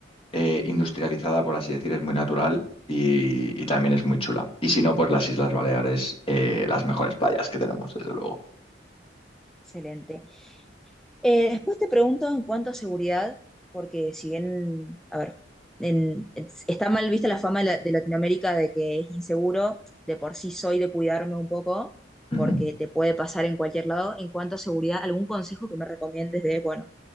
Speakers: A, on the left; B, in the centre.
A: eh, industrializada, por así decir, es muy natural y, y también es muy chula. Y si no, pues las Islas Baleares, eh, las mejores playas que tenemos, desde luego.
B: Excelente. Eh, después te pregunto en cuanto a seguridad, porque si bien, a ver, en- es- está mal vista la fama de, la- de Latinoamérica de que es inseguro, de por sí soy de cuidarme un poco,
A: Ujú,
B: porque te puede pasar en cualquier lado. En cuanto a seguridad, ¿algún consejo que me recomiendes de, bueno,